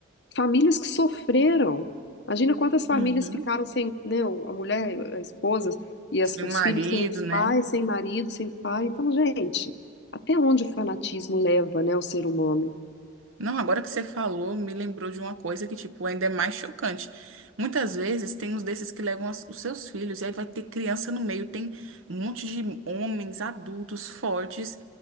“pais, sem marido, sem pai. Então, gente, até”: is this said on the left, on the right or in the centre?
Left